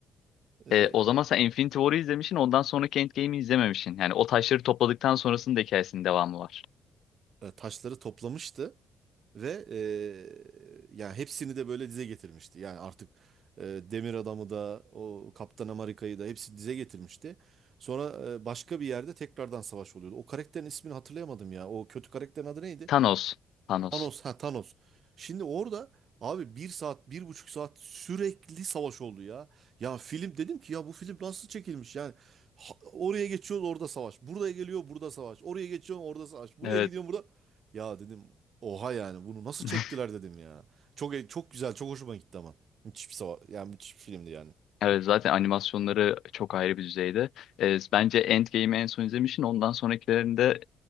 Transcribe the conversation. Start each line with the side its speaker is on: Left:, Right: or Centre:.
Right: E,
Left: E, o zaman sen Infinity War'ı izlemişsin ondan sonraki Endgame'i izlememişsin. Yani o taşları topladıktan sonrasının da hikayesinin devamı var.
Right: e, taşları toplamıştı. Ve eee ya hepsini de böyle dize getirmişti. Yani artık eee, Demir Adam'ı da o Kaptan Amerika'yı da hepsini dize getirmişti. Sonra eee, başka bir yerde tekrardan savaş oluyordu. O karakterin ismini hatırlayamadım ya. O kötü karakterin adı neydi?
Left: Thanos. Thanos.
Right: Thanos, ha Thanos. Şimdi orada abi bir saat, bir buçuk saat sürekli savaş oldu ya. Ya film dedim ki ya bu film nasıl çekilmiş yani. Ha- oraya geçiyorsun orada savaş. Buraya geliyor burada savaş. Oraya geçiyorsun orada savaş. Buraya
Left: Evet.
Right: gidiyorsun burada. Ya dedim oha yani bunu nasıl
Left: <laughs>
Right: çektiler dedim ya. Çok e, çok güzel, çok hoşuma gitti ama. Müthiş bir savaş, yani müthiş bir filmdi yani.
Left: Evet zaten animasyonları çok ayrı bir düzeyde. Ee, bence Endgame'i en son izlemişsin. Ondan sonrakilerini de